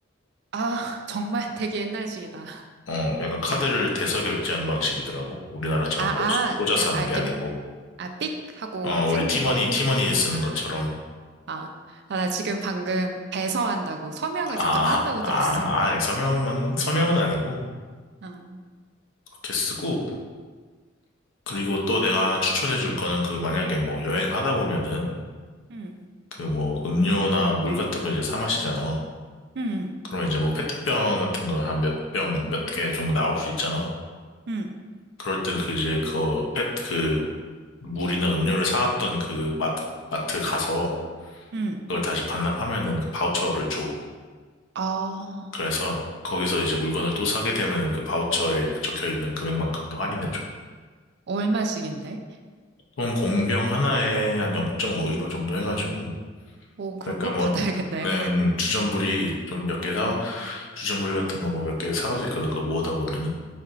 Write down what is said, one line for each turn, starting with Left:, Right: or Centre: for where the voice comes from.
Right: 아, 정말 되게 옛날식이다.
Left: 어, 약간 카드를 대서 결제하는 방식이더라고. 우리나라처럼
Right: 아, 아,
Left: 꽂, 꽂아서 하는
Right: 아, 이렇게,
Left: 게 아니고.
Right: 아, 삑! 하고
Left: 어,
Right: 찍는
Left: 우리 티머니,
Right: 거.
Left: 티머니 쓰는
Right: 아,
Left: 것처럼.
Right: 아, 아, 나 지금 방금 배서한다고, 서명을
Left: 아,
Right: 직접 한다고
Left: 아,
Right: 들었어. <laughs>
Left: 아, 서명은, 서명은 아니고.
Right: 응
Left: 그렇게 쓰고. 그리고 또 내가 하나 추천해 줄 거는 그 만약에 뭐 여행하다 보면은
Right: 응
Left: 그 뭐 음료나 물 같은 거 이제 사 마시잖아.
Right: 응
Left: 그러면 이제 뭐 페트병 같은 거 한 몇 병, 몇 개 정도 나올 수 있잖아.
Right: 응
Left: 그럴 땐 그 이제 그 페트 그 물이나 음료를 사왔던 그 마, 마트 가서
Right: 응
Left: 그걸 다시 반납하면은 그 바우처를 줘.
Right: 아,
Left: 그래서 거기서 이제 물건을 또 사게 되면은 그 바우처에 적혀 있는 금액만큼 또 할인해 줘.
Right: 얼마씩인데?
Left: 총 공병 하나에 한 0.5유로 정도 해가지고
Right: 오, 그럼
Left: 그러니까
Right: 꼭
Left: 뭐
Right: 받아야겠네.
Left: 네, 음, 주전부리 좀 몇 개 사,
Right: <laughs> 음,
Left: 주전부리 같은 거 뭐 몇 개 사갈 수 있거든. 그거 모으다 보면은.